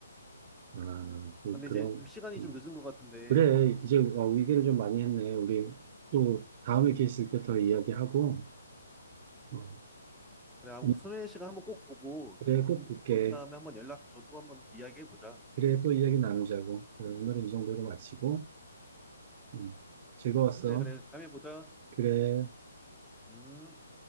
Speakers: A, on the right (about 35°); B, in the centre.
A: 아, 그,
B: 근데
A: 그런,
B: 이제 좀 시간이
A: 음.
B: 좀 늦은 것 같은데
A: 그래. 이제, 어, 얘기를 좀 많이 했네. 우리 또 다음에 기회 있을 때 더 이야기하고, 어,
B: 그래, 아,
A: 음,
B: 손혜 씨가 한번 꼭 보고
A: 그래, 꼭
B: 본,
A: 볼게.
B: 본 다음에 한번 연락 줘. 또 한번 이야기해 보자.
A: 그래, 또 이야기 나누자고. 그래, 오늘은 이 정도로 마치고. 음, 즐거웠어.
B: 그래, 그래. 다음에 보자.
A: 그래.
B: 음.